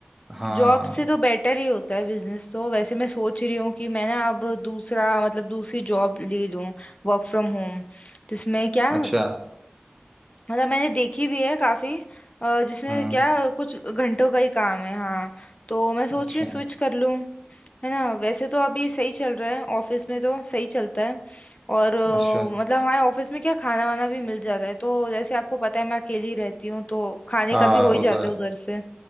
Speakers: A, in the centre; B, on the left.
A: हाँ
B: जॉब से तो बेटर ही होता है बिजनेस तो वैसे मैं सोच रही हूँ कि मैं ना अब दूसरा मतलब दूसरी जॉब ले लूँ वर्क फ्रॉम होम जिसमें क्या
A: अच्छा
B: मतलब मैंने देखी भी है काफी अ, जिसमें
A: हम्म
B: क्या कुछ घंटों का ही काम है हाँ तो मैं सोच
A: अच्छा
B: रही हूँ स्विच कर लूँ है ना वैसे तो अभी सही चल रहा है ऑफिस में तो सही चलता है और अ,
A: अच्छा
B: मतलब हमारे ऑफिस में क्या खाना वाना भी मिल जाता है तो जैसे आपको पता है मैं अकेली रहती हूँ तो खाने
A: हाँ
B: का भी हो ही
A: वो
B: जाता
A: तो है
B: है उधर से